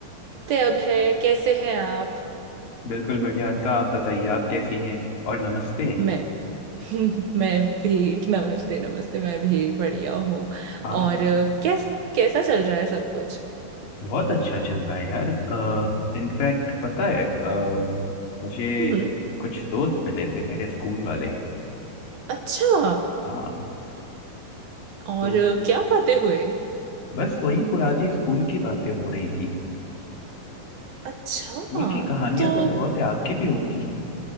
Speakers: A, on the right; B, on the left.
A: नमस्ते अभय कैसे हैं आप
B: बिल्कुल बढ़िया अनका आप बताइए आप कैसी हैं और नमस्ते
A: मैं <laughs> मैं भी नमस्ते नमस्ते मैं भी बढ़िया हूँ
B: हाँ
A: और अ, कैसा कैसा चल रहा है सब कुछ
B: बहुत अच्छा चल रहा है यार इनफैक्ट पता है अ, मुझे
A: हम्म
B: कुछ दोस्त मिले थे मेरे स्कूल वाले
A: अच्छा
B: हाँ
A: और
B: तो
A: अ, क्या बातें हुई
B: बस वही पुरानी स्कूल की बातें हो रही थी
A: अच्छा
B: स्कूल की कहानियां
A: तो
B: तो बहुत है आपकी भी होंगी